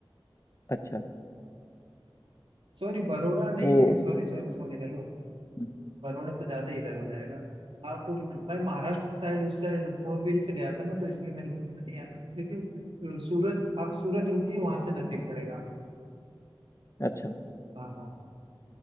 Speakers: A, on the left; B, on the right.
A: अच्छा
B: सॉरी बड़ौदा नहीं
A: तो
B: नहीं sorry sorry sorry hello
A: हम्म,
B: Baroda तो ज्यादा ही इधर हो जाएगा आप मैं महाराष्ट्र साइड उस साइड फोर व्हील से गया था ना तो इसलिए मेरे को उतना नहीं आया लेकिन सूरत आप सूरत रुकिए वहां से नजदीक पड़ेगा आपको।
A: अच्छा
B: हाँ हाँ